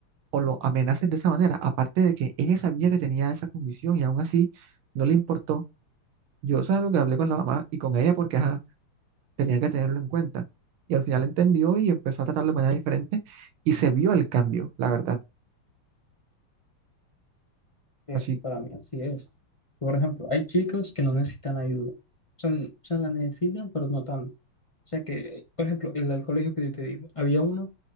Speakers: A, on the right; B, on the left.
A: o lo amenacen de esa manera. Aparte de que ella sabía que tenía esa condición y aún así no le importó. Yo eso es lo que hablé con la mamá y con ella porque ajá, tenía que tenerlo en cuenta. Y al final entendió y empezó a tratarlo de manera diferente y se vio el cambio, la verdad.
B: que
A: Así
B: para mí así es. Por ejemplo, hay chicos que no necesitan ayuda. O sea, n- o sea, la necesitan, pero no tanto. O sea que, por ejemplo, el del colegio que yo te digo, había uno